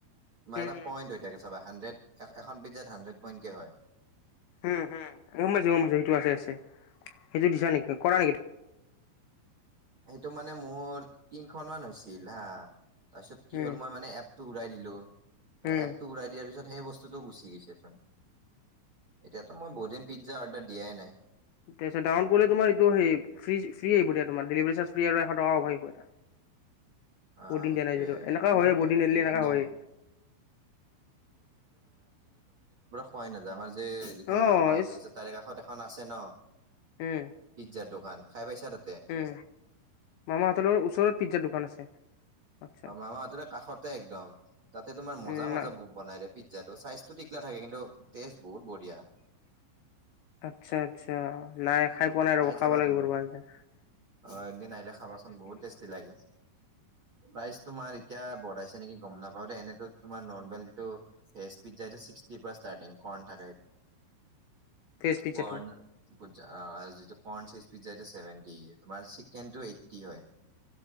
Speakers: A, on the right (about 75°); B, on the left (about 80°).
A: তোমাৰ
B: উম
A: এটা পইণ্ট হৈ থাকে চাবা হানড্ৰেড এখন পইণ্ট হানড্ৰেড পইণ্টকে হয়।
B: উম হম গম পাইছো গম পাইছো সেইটো আছে আছে সেইটো দিছা নেকি কৰা নেকি।
A: সেইটো মানে মোৰ তিনখনমান হৈছিল হা তাৰপিছত কি
B: উম
A: হ'ল মই মানে এপ টো উৰাই দিলো এপ
B: উম
A: টো উৰাই দিয়াৰ পিছত। সেই বস্তুতটো গুচি গৈছে চোন এতিয়াাতো মই বহুদিন পিজ্জা অৰ্ডাৰ দিয়াই নাই।
B: তাৰ পাছত ডাউনডলে তোমাৰ এইটো স ফ ফ্ৰী আহিব দিয়া ডেলিভাৰী চাৰ্জ ফ্ৰী আৰু এশ টকা কৰিব এটা।
A: অ'
B: বদিন
A: সেইটোয়ে
B: দিয়া নাই যিটো এনেকা
A: আমি
B: হয়েই বদিন নিদিলে এনেকুৱা
A: দম
B: হয়।
A: পোৱাই নাযায় আমাৰ যে যিখন
B: অ
A: মামা হোটেল
B: ইচ
A: আছে তাৰে কাষত এখন আছে ন
B: উম
A: পিজ্জা দোক <unintelligible> খাই পাইছ।
B: উম মামাহঁতৰ লগত ওচৰত পিজ্জা দোকান আছে। আচ্ছা
A: অ মামাহতৰ কাষতে একদম তাতে তোমাৰ মজা
B: উম,
A: মজা
B: না
A: বনাই দে পিজ্জাটো চাইজ টো টিকলা থাকে কিন্তু টেজ বহুত বঢ়িয়া। <unintelligible>
B: আচ্ছা আচ্ছা নাই খাই পোৱা নাই ৰ'ব
A: চাবা
B: খাব লাগিব
A: তুমি
B: ৰব এ। <unintelligible>
A: অ এদিন আহিলে খাবাচোন বহুত টেষ্টি লাগে প্ৰাইজটো তোমাৰ এতিয়া বঢ়াইছে। নেকি গম নাপাও দে এনেটো তোমাৰ নৰ্মেল যিটো পিজ্জা এইটো ছিক্সটিৰ পৰা ষ্টাৰ্টিং কন থাকে।
B: ভেজ পিজ্জাটো
A: কৰণ পিজ্জা অঁ <unintelligible> কৰ্ণ চিজ পিজ্জা এইটো চেভেনটি তোমাৰ চিকেন টো এইটটি হয়।